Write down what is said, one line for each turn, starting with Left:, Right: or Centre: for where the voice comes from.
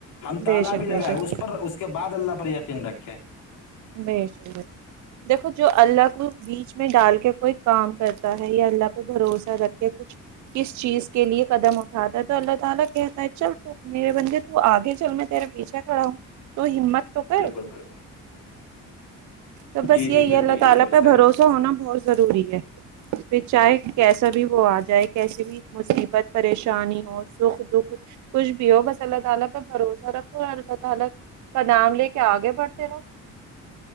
Left: ہم
Right: بے
Left: تال
Right: شک
Left: بھی لگائے
Right: بے شک
Left: اس
Right: بے شک
Left: پر اس کے بعد اللہ پر یقین رکھیں
Right: ب ب دیکھو جو اللہ کو بیچ میں ڈال کے کوئی کام کرتا ہے یا اللہ پہ بھروسہ رکھ کے کچھ کس چیز کے لیے قدم اٹھاتا ہے تو اللہ تعالی کہتا ہے چل تو میرے بندے تو آگے چل میں تیرے پیچھا کھڑا ہوں تو ہمت تو کر
Left: بالک ب <unintelligible>
Right: تو بس
Left: جی
Right: یہی
Left: جی بالکل
Right: ہے اللہ تعالی
Left: بالکل
Right: پہ
Left: صحیح
Right: بھروسہ ہونا بہت ضروری ہے پھر چاہے کیسا بھی وہ آ جائے کیسے بھی مصیبت پریشانی ہو سکھ دکھ کچھ بھی ہو بس اللہ تعالی پ بھروسہ رکھو اور اللہ تعالی کا نام لے کے آگے بڑھتے رہو